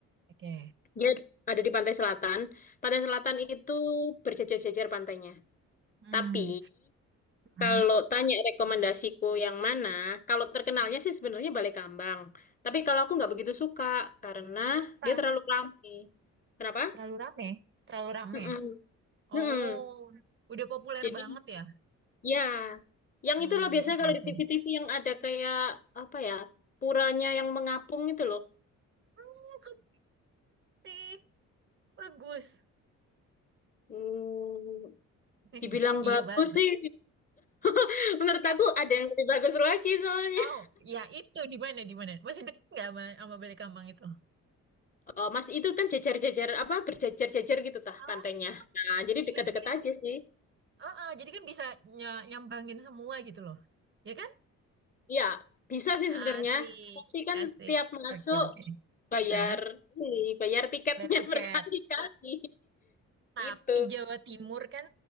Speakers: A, on the right; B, on the left.
A: oke.
B: Dia ada di pantai selatan. Pantai selatan
A: Heeh.
B: itu berjejer-jejer pantainya.
A: Hmm.
B: Tapi
A: Hmm.
B: kalau tanya rekomendasiku yang mana, kalau terkenalnya sih sebenarnya Balai Kambang. Tapi kalau aku nggak begitu suka karena
A: Kenapa?
B: dia terlalu ramai. Kenapa?
A: Terlalu rame, terlalu rame.
B: Mm-mm.
A: Oh,
B: Mm-mm.
A: udah populer
B: Jadi
A: banget ya?
B: ya, yang
A: Hmm,
B: itu loh biasanya
A: oke
B: kalau
A: oke.
B: di TV-TV yang ada kayak apa ya, puranya yang mengapung itu loh.
A: Bagus sih, bagus.
B: Hmm,
A: <laughs>
B: dibilang
A: Iya
B: bagus
A: bagus.
B: sih. <laughs> Menurut
A: Ya,
B: aku ada yang lebih bagus lagi soalnya.
A: oh, ya itu di mana di mana? Masih deket nggak sama, sama Balekambang itu?
B: Oh, Mas itu kan jejer-jejer apa berjejer-jejer gitu tah
A: Oh,
B: pantainya. Nah, jadi
A: iya.
B: dekat-dekat
A: Jadi kan,
B: aja sih.
A: ah, ah, jadi kan bisa ny- nyambangin semua gitu loh, ya kan?
B: Iya, bisa sih
A: Asik,
B: sebenarnya. Tapi kan
A: asik.
B: tiap masuk
A: Oke oke.
B: bayar
A: Hah?
B: ini, bayar tiketnya
A: Bayar tiket.
B: <laughs> berkali-kali.
A: Tapi
B: Itu.
A: Jawa Timur kan